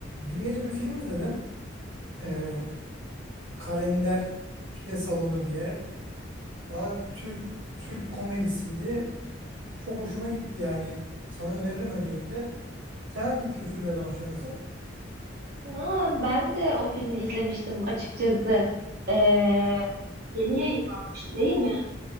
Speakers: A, on the right; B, on the right.
A: Dün gece bir film izledim. Ee, Kalender Pide Salonu diye. Valla Türk Türk komedisiydi. Çok hoşuma gitti yani. Sana öneririm öncelikle. Sen hangi tür filmlerden hoşlanırsın?
B: Na, ben de o filmi izlemiştim açıkçası. Ee, yeni yayınlanmıştı değil mi?